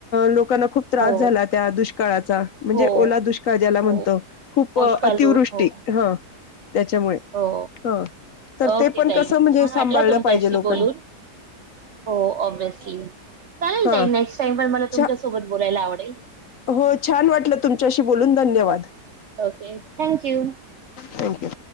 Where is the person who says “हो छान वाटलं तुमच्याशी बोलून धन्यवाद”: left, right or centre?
Left